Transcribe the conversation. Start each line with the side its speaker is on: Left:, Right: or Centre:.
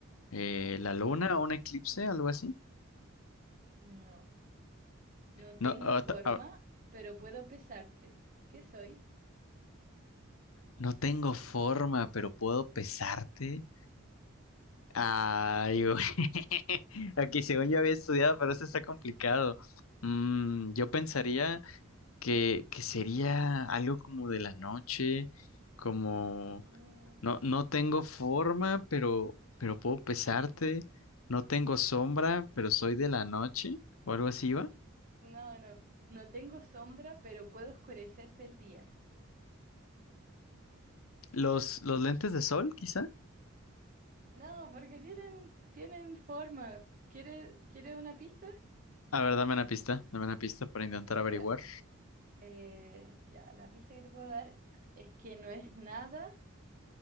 Right: Ujú.
Left: Eh, ¿la luna o un eclipse, algo así?
Right: No. No
Left: No,
Right: tengo
Left: ah,
Right: forma,
Left: ta- ah,
Right: pero puedo pesarte. ¿Qué soy?
Left: no tengo forma, pero puedo pesarte. Ay,
Right: Mm.
Left: güey. <laughs> Aquí según yo había estudiado, pero eso está complicado. Mm, yo pensaría que, que sería algo como de la noche, como
Right: Mm.
Left: no, no tengo forma, pero, pero puedo pesarte, no tengo sombra, pero soy de la noche, o algo así va.
Right: No, no. No tengo sombra, pero puedo oscurecerte el día.
Left: Los, los lentes de sol, quizá.
Right: No, porque tienen, tienen forma. ¿Quieres, quieres una pista?
Left: A ver, dame una pista, dame una pista para intentar
Right: Mira,
Left: averiguar.
Right: eh, ya, la pista que te puedo dar es que no es nada